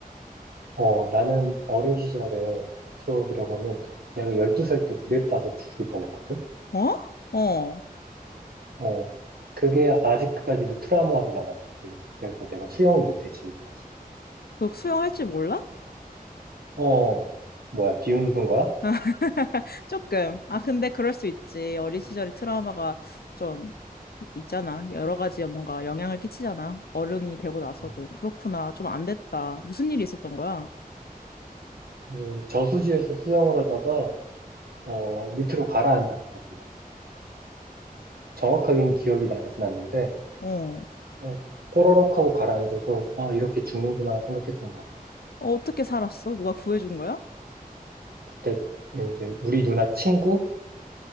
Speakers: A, on the right; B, on the left.
A: 어, 나는 어린 시절의 추억이라고 하면 내가 12살 때 물에 빠져 죽을 뻔했거든?
B: 어? 어.
A: 어, 그게 아직까지도 트라우마로 남아있지. 그래서 내가 수영을 못해, 지금까지.
B: 너 수영할 줄 몰라?
A: 어, 뭐야, 비웃는 거야?
B: <laughs> 조금. 아, 근데 그럴 수 있지. 어린 시절의 트라우마가 좀 있잖아. 여러 가지 뭔가 영향을 끼치잖아. 어른이 되고 나서도.
A: 음.
B: 그렇구나. 좀 안 됐다. 무슨 일이 있었던 거야?
A: 그 저수지에서 수영을 하다가, 어, 밑으로 가라앉았어, 그냥. 정확하게는 기억이 나진 않는데,
B: 어.
A: 그냥 꼬르륵 하고 가라앉아서, 아, 이렇게 죽는구나 생각했던 것 같아.
B: 어, 어떻게 살았어? 누가 구해준 거야?
A: 그때 이제 우리 누나 친구인